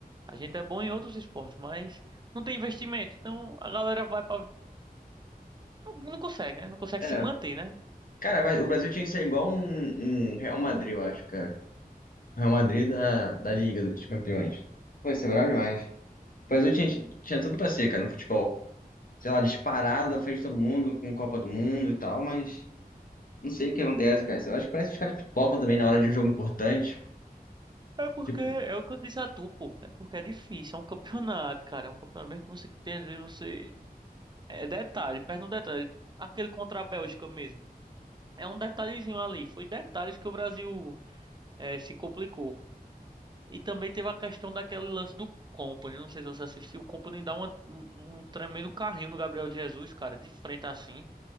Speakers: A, on the right; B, on the left.
A: A gente é bom em outros esportes, mas não tem investimento. Então a galera vai para não, não consegue, né? Não consegue
B: É,
A: se manter, né?
B: cara, mas o Brasil tinha que ser igual um, um Real Madrid, eu acho, cara. Real Madrid da, da Liga dos Campeões. Pô, isso é bravo demais. O Brasil tinha, tinha tudo pra ser, cara, no futebol. Sei lá, disparado na frente de todo mundo, com Copa do Mundo e tal, mas não sei o que acontece, cara. Eu acho que parece que os caras pipocam
A: É,
B: também na hora de um jogo importante.
A: é porque
B: Tipo,
A: é o que eu disse a tu, pô, né? Porque é difícil, é um campeonato, cara. É um campeonato que você tem, às vezes você. É detalhe, perde um detalhe. Aquele contra a Bélgica mesmo. É um detalhezinho ali. Foi detalhes que o Brasil eh, se complicou. E também teve a questão daquele lance do Company. Não sei se você assistiu. O Company dá uma- um, um tremendo carrinho no Gabriel Jesus, cara, de frente assim.